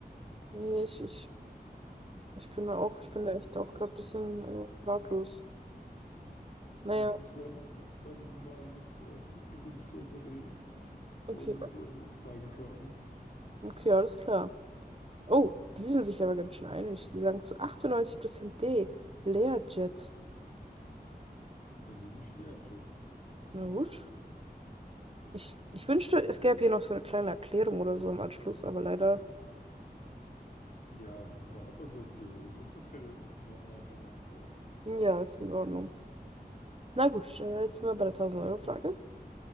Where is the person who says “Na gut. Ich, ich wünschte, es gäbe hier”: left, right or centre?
Right